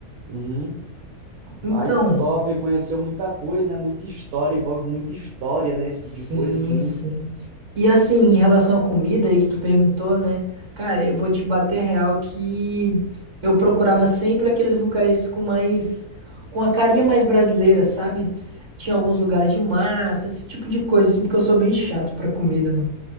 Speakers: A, on the right; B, on the right.
A: Uhum. Rapaz,
B: Então,
A: top, conheceu muita coisa, né? Muita história, envolve muita história, né? Esse
B: Sim,
A: tipo de coisa assim.
B: sim. E assim, em relação à comida aí que tu perguntou, né? Cara, eu vou te bater real que eu procurava sempre aqueles lugares com mais, com a carinha mais brasileira, sabe? Tinha alguns lugares de massa, esse tipo de coisa, assim, porque eu sou bem chato pra comida, mano.